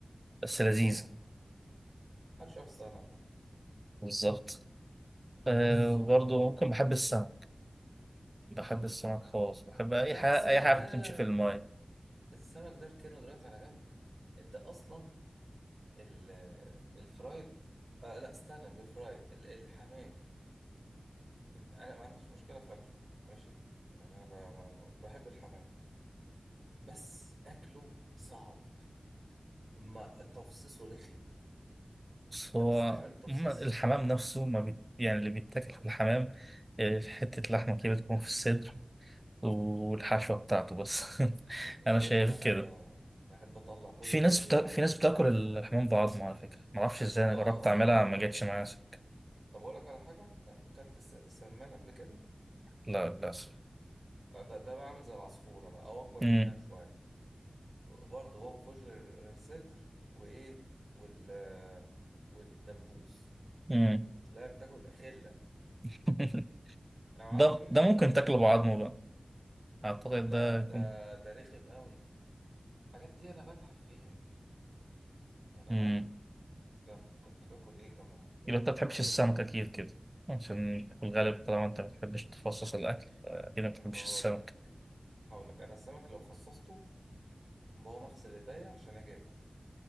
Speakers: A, on the right; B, on the right.
A: بس
B: اه
A: لذيذة
B: طبعا محدش يعرف يستغنى عنها
A: بالظبط أه
B: بص ه...
A: برضه
B: آه.
A: ممكن بحب السمك بحب السمك خالص بحب أي
B: لا
A: حاجة
B: السمك
A: أي حاجة
B: ده
A: بتمشي في الماية
B: السمك ده اركنه دلوقتي على جنب انت اصلا ال... الفرايد آه لا استنى بالفرايد ال... الحمام انت... انا ما عنديش مشكله في اكله ماشي يعني انا ب... ما- بحب الحمام بس اكله صعب ما تفصيصه رخم
A: بس
B: انت
A: هو
B: بتستحمل التفصيص
A: عموماً الحمام نفسه ما بي... يعني اللي بيتاكل في الحمام آه، في حتة لحمة كده بتكون في الصدر والحشوة بتاعته بس <laughs>
B: لا
A: أنا
B: يا
A: شايف
B: باشا انا احب
A: كده
B: انا احب اطلع كل
A: في
B: تفصيله
A: ناس بتا...
B: على
A: في
B: فكره
A: ناس بتاكل الحمام بعظمه على فكره ما اعرفش ازاي انا
B: اه
A: جربت
B: اه
A: اعملها
B: اه
A: ما جاتش
B: اه
A: معايا سكه
B: طب اقول لك على حاجه اكلت الس- السمان قبل كده
A: لا للاسف
B: آه، ده ده بقى عامل زي العصفوره بقى او اكبر
A: امم
B: منها شويه برضه هو مفيهوش غير غير صدر وايه وال آه، والدبوس
A: امم
B: لا بتاكل خله
A: <laughs>
B: انا ما
A: ده
B: اعرفش مين اللي
A: ده ممكن
B: جت في دماغه
A: تاكله بعظمه
B: قال لك
A: بقى اعتقد
B: لا
A: ده
B: ده
A: كنت
B: ده رخم قوي الحاجات دي انا بتعب فيها يعني
A: امم
B: انا كم كنت باكل ايه كم واحدة كده؟
A: يبقى انت
B: كنت
A: ما بتحبش
B: باكل
A: السمك اكيد كده عشان في الغالب طالما انت ما بتحبش تفصص الاكل اكيد ما بتحبش
B: هقول
A: السمك
B: لك هقول لك انا السمك لو فصصته بقوم اغسل ايديا عشان اجي اكل